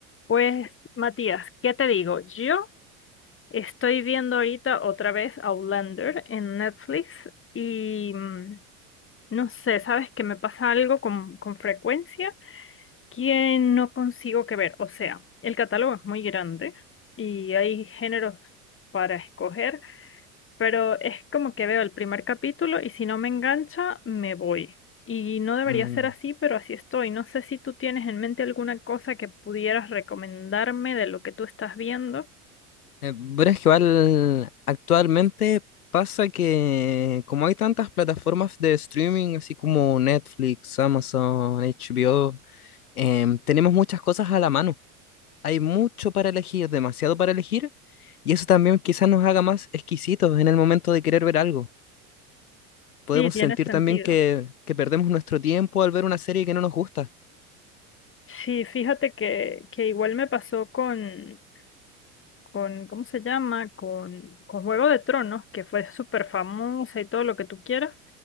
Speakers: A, on the left; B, on the left.
A: Pues, Matías, ¿qué te digo? Yo estoy viendo ahorita otra vez Outlander en Netflix y mm, no sé, ¿sabes que me pasa algo con, con frecuencia que no consigo que ver? O sea, el catálogo es muy grande y hay géneros para escoger pero es como que veo el primer capítulo y si no me engancha, me voy. Y no debería
B: Mm.
A: ser así, pero así estoy. No sé si tú tienes en mente alguna cosa que pudieras recomendarme de lo que tú estás viendo.
B: Eh, Pero es que igual actualmente pasa que como hay tantas plataformas de streaming, así como Netflix, Amazon, HBO, em, tenemos muchas cosas a la mano. Hay mucho para elegir, demasiado para elegir, y eso también quizás nos haga más exquisitos en el momento de querer ver algo. Podemos
A: Sí, tiene
B: sentir
A: sentido.
B: también que, que perdemos nuestro tiempo al ver una serie que no nos gusta.
A: Sí, fíjate que, que igual me pasó con, con, ¿cómo se llama? Con, con Juego de Tronos, que fue súper famosa y todo lo que tú quieras.